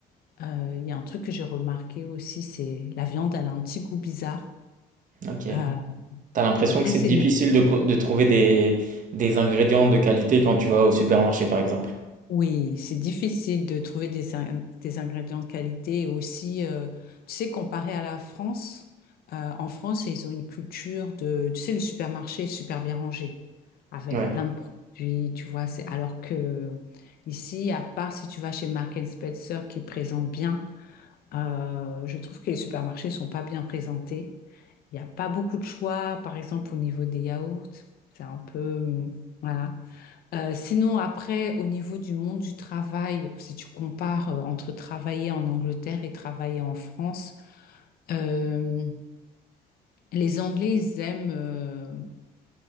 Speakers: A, on the left; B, on the right.
A: Euh, Il y a un truc que j'ai remarqué aussi, c'est la viande, elle a un petit goût bizarre.
B: Ok.
A: Euh,
B: T'as l'impression
A: après,
B: que c'est
A: c'est
B: difficile
A: une
B: de, co- de trouver des, des ingrédients de qualité quand tu vas au supermarché, par exemple?
A: Oui, c'est difficile de trouver des, in- des ingrédients de qualité et aussi, euh, tu sais, comparé à la France, euh, en France, ils ont une culture de, tu sais, le supermarché est super bien rangé, avec
B: Ouais.
A: plein de produits, tu vois, c'est, alors que ici, à part si tu vas chez Marks and Spencer qui présente bien, euh, je trouve que les supermarchés sont pas bien présentés. Il n'y a pas beaucoup de choix, par exemple, au niveau des yaourts, c'est un peu, hum, voilà. Euh, sinon, après, au niveau du monde du travail, si tu compares euh, entre travailler en Angleterre et travailler en France, euh, les Anglais, ils aiment... euh,